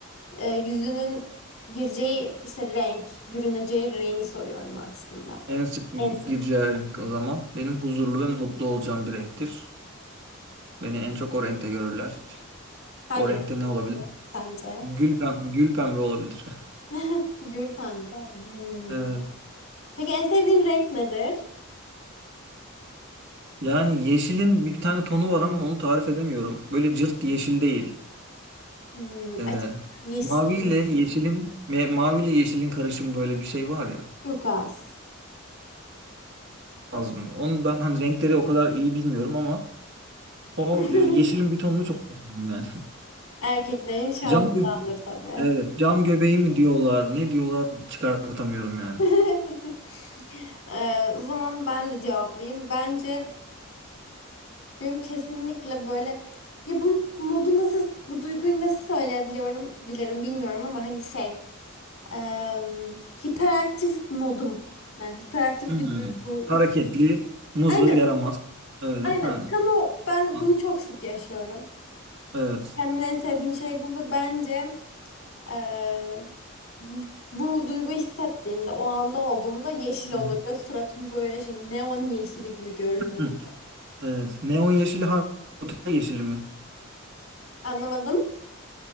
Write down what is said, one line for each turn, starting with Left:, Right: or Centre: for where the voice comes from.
Left: e, yüzünün gireceği işte renk, bürüneceği rengi soruyorum aslında.
Right: En sık
Left: En sık.
Right: gireceği renk o zaman. Benim huzurlu ve mutlu olacağım bir renktir. Beni en çok o renkte görürler.
Left: Hangi
Right: O renkte
Left: renk
Right: ne
Left: geliyor
Right: olabilir?
Left: sence?
Right: Gül pembe, gül pembe olabilir. <laughs>
Left: <laughs> Gül pembe. Hmm.
Right: Evet.
Left: Peki en sevdiğin renk nedir?
Right: Yani yeşilin bir tane tonu var ama onu tarif edemiyorum. Böyle cırt yeşil değil.
Left: Hmm,
Right: Ee,
Left: açık yeşil.
Right: mavi ile yeşilin me- mavi ile yeşilin karışımı böyle bir şey var ya.
Left: Turkuaz.
Right: Az mı? Onu ben hani renkleri o kadar iyi bilmiyorum ama o
Left: <laughs>
Right: yeşilin bir tonunu çok seviyorum yani. <laughs>
Left: Erkeklerin şanındandır
Right: Cam gö-
Left: tabii.
Right: evet cam göbeği mi diyorlar ne diyorlar çıkartamıyorum yani.
Left: <laughs> Ee, o zaman ben de cevaplayayım. Bence benim kesinlikle böyle ya bu modu nasıl bu duyguyu nasıl söyleyebiliyorum bilirim bilmiyorum ama hani şey em, hiperaktif modum. Yani hiperaktif
Right: Hmm.
Left: bir duygu.
Right: Hareketli, muzır,
Left: Aynen
Right: yaramaz. Öyle.
Left: aynen
Right: Ha.
Left: tam o ben
Right: Ha,
Left: bunu çok sık yaşıyorum.
Right: Evet.
Left: Kendimde en sevdiğim şey bu ve bence eee, bu bu duyguyu hissettiğimde, o anda olduğumda yeşil olurdu.
Right: Hı.
Left: Suratım böyle şey neon yeşili gibi görünürdü.
Right: Hı. Evet. Neon yeşili ha- Spotify yeşili mi?
Left: Anlamadım.